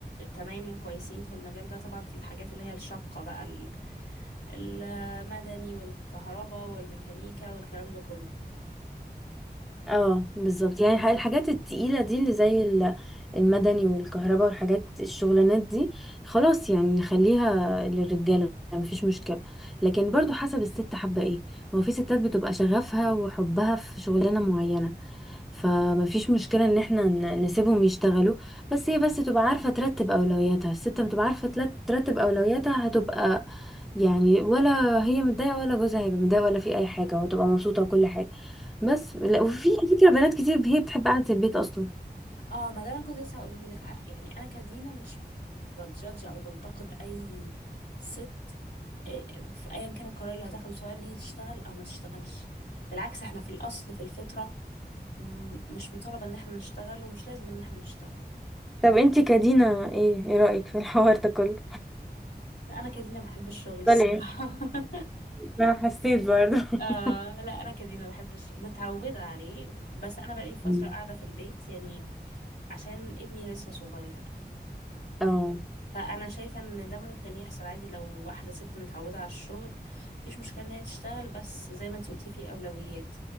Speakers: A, on the left; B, in the centre.
A: تمام كويسين في المجال ده طبعا في الحاجات اللي هي الشاقة بقى ال- المدني والكهرباء والميكانيكا والكلام ده كله
B: اه بالظبط يعني الح- الحاجات التقيلة دي اللي زي ال- المدني والكهرباء والحاجات الشغلانات دي خلاص يعني نخليها للرجالة مفيش مشكلة لكن برضو حسب الست حابة ايه ما هو في ستات بتبقى شغفها وحبها في شغلانة معينة فمفيش مشكلة ان احنا ن- نسيبهم يشتغلوا بس هي بس تبقى عارفة ترتب اولوياتها الست لما تبقى عارفة تلت- ترتب اولوياتها هتبقى يعني ولا هي متضايقة ولا جوزها هيبقى متضايق ولا في اي حاجة وتبقى مبسوطة وكل حاجة بس
A: عندك
B: لا
A: حق.
B: وفي على فكرة بنات كتير هي بتحب قعدة البيت اصلا
A: اه ما ده انا كنت لسه هقوله لك ع- يعني انا كدينا مش بتجادج او بنتقد اي ست آه، في ايا كان القرار اللي هتاخده سواء ان هي تشتغل او ما تشتغلش بالعكس احنا في الاصل في الفطره م- مش مطالب ان احنا نشتغل ومش لازم ان احنا نشتغل
B: طب انتي كدينا ايه ايه رأيك في الحوار ده كله؟
A: لا انا كدينا بحب الشغل الصراحه
B: بل ايه
A: <laughs>
B: ما حسيت برضه <laughs>
A: آه لا انا كدينا بحب الشغل متعوده عليه بس انا بقالي فتره
B: مم.
A: قاعده في البيت يعني عشان ابني لسه صغير
B: اه
A: فانا شايفه ان ده ممكن يحصل عادي لو واحده ست متعوده على الشغل مفيش مشكله ان هي تشتغل بس زي ما انتي قلتي في اولويات